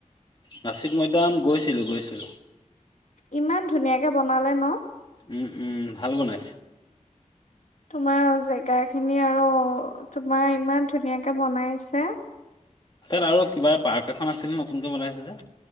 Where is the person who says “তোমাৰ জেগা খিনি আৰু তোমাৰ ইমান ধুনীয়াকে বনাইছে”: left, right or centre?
Left